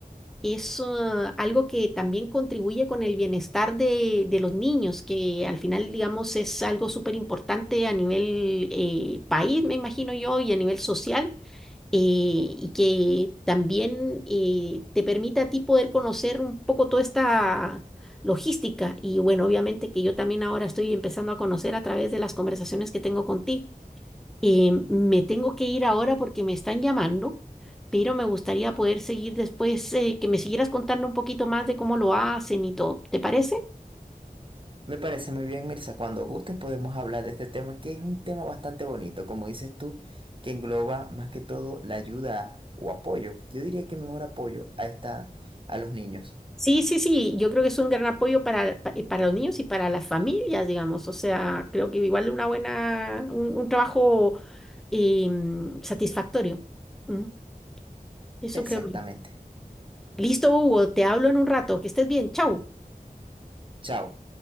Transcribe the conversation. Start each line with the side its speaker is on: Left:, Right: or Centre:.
Centre: es ah, algo que también contribuye con el bienestar de, de los niños, que al final, digamos, es algo súper importante a nivel eh, país, me imagino yo, y a nivel social, eh, y que también eh, te permite a ti poder conocer un poco toda esta logística. Y bueno, obviamente que yo también ahora estoy empezando a conocer a través de las conversaciones que tengo contigo. Eh, me tengo que ir ahora porque me están llamando, pero me gustaría poder seguir después, eh, que me siguieras contando un poquito más de cómo lo hacen y todo. ¿Te parece?
Right: Me parece muy bien, Mirza. Cuando gustes podemos hablar de este tema, que es un tema bastante bonito, como dices tú, que engloba más que todo la ayuda o apoyo. Yo diría que mejor apoyo a esta, a los niños.
Centre: Sí, sí, sí, yo creo que es un gran apoyo para, pa- eh, para los niños y para las familias, digamos. O sea, creo que igual una buena, un, un trabajo eh, satisfactorio. Ujú, Eso
Right: Exactamente.
Centre: creo. yo. Listo, Hugo, te hablo en un rato. Que estés bien. Chau.
Right: Chao.